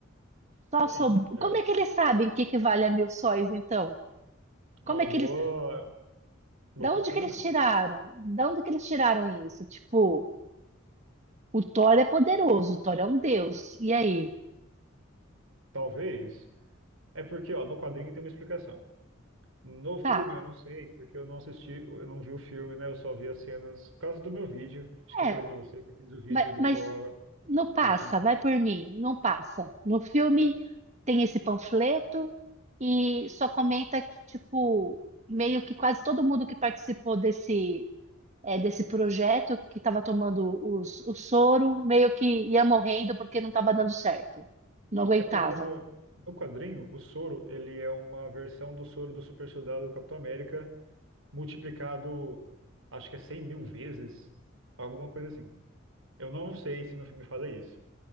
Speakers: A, on the right; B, on the right.
A: Só
B: Sim,
A: sob-
B: é,
A: Como é que eles sabem que equivale a mil sóis, então? Como
B: é uma
A: é que
B: boa,
A: eles.
B: bom
A: Da
B: questionamento.
A: onde que eles tiraram? Da onde que eles tiraram isso? Tipo, o Thor é poderoso, o Thor é um deus. E aí?
B: Talvez. É porque, ó, no quadrinho tem uma explicação. No filme
A: Tá.
B: eu não sei, porque eu não assisti, eu não vi o filme, né? Eu só vi as cenas por causa do meu vídeo. Acho que
A: É,
B: eu falei pra você que eu fiz o vídeo
A: Mas,
B: do
A: mas
B: Thor
A: não passa,
B: e do Sentinela.
A: vai por mim, não passa. No filme tem esse panfleto e só comenta que, tipo, meio que quase todo mundo que participou desse, eh, desse projeto, que estava tomando os, o soro, meio que ia morrendo porque não estava dando certo. Não aguentava.
B: É porque no, no quadrinho, o soro, ele é uma versão do soro do super soldado do Capitão América multiplicado, acho que é cem mil vezes, alguma coisa assim. Eu não sei se no filme fala isso.